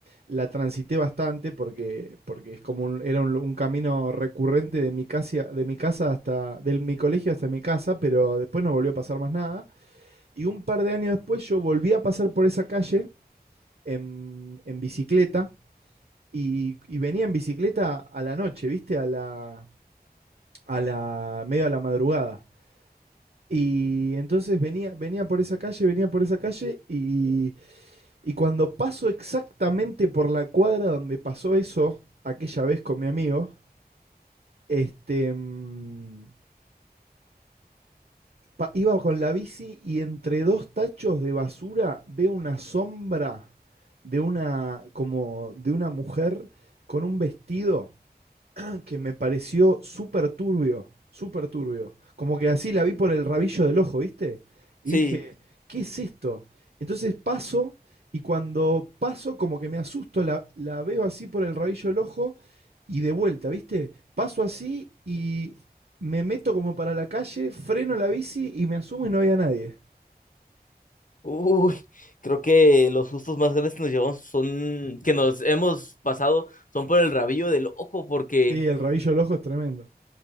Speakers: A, on the right; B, on the left.
A: la transité bastante porque, porque es como un, era un, un camino recurrente de mi casa, de mi casa hasta, del mi colegio hasta mi casa, pero después no volvió a pasar más nada. Y un par de años después yo volví a pasar por esa calle en, en bicicleta y, y venía en bicicleta a la noche, ¿viste? A la, a la, medio a la madrugada. Y entonces venía, venía por esa calle, venía por esa calle y Y cuando paso exactamente por la cuadra donde pasó eso, aquella vez con mi amigo, este, mm, pa- iba con la bici y entre dos tachos de basura veo una sombra de una, como de una mujer con un vestido que me pareció súper turbio, súper turbio. Como que así la vi por el rabillo del ojo, ¿viste? Y
B: sí.
A: dije, ¿qué es esto? Entonces paso y cuando paso como que me asusto, la, la veo así por el rabillo del ojo y de vuelta, ¿viste? Paso así y me meto como para la calle, freno la bici y me asumo y no había nadie.
B: Uy, creo que los sustos más grandes que nos llevamos son, que nos hemos pasado, son por el rabillo del ojo, porque
A: Sí, el rabillo del ojo es tremendo.